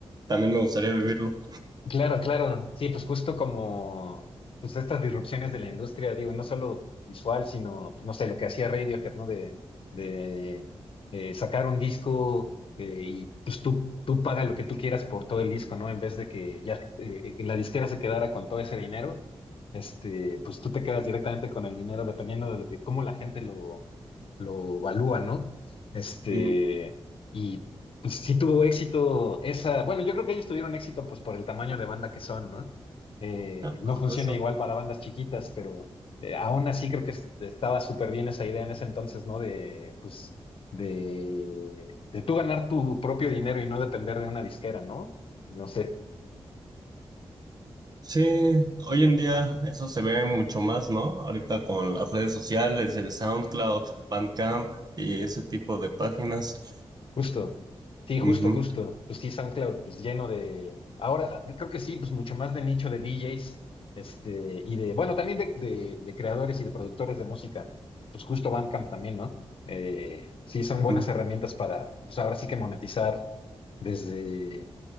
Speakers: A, on the right; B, on the left.
A: también me gustaría vivirlo.
B: Claro, claro. Sí, pues justo como pues estas disrupciones de la industria, digo, no solo visual, sino, pues, no sé, lo que hacía Radiohead, ¿no? De, de eh, sacar un disco eh, y pues tú, tú paga lo que tú quieras por todo el disco, ¿no? En vez de que ya eh, la disquera se quedara con todo ese dinero, este, pues tú te quedas directamente con el dinero dependiendo de lo que, cómo la gente lo, lo valúa, ¿no? Este...
A: Ujú.
B: Y Sí tuvo éxito esa, bueno, yo creo que ellos tuvieron éxito pues por el tamaño de banda que son, ¿no? Eh,
A: Ah,
B: no
A: por supuesto.
B: funciona igual para bandas chiquitas, pero eh, aún así creo que es- estaba súper bien esa idea en ese entonces, ¿no? De, pues, de, de tú ganar tu propio dinero y no depender de una disquera, ¿no? No sé.
A: Sí, hoy en día eso se ve mucho más, ¿no? Ahorita con las redes sociales, el SoundCloud, Bandcamp y ese tipo de páginas.
B: Justo, sí, justo,
A: Ujú,
B: justo. Pues sí, SoundCloud, pues lleno de. Ahora creo que sí, pues mucho más de nicho de DJs, este, y de, bueno, también de, de- de creadores y de productores de música. Pues justo Bandcamp también, ¿no? Eh, sí, son buenas
A: ujú.
B: herramientas para, pues ahora sí que monetizar desde,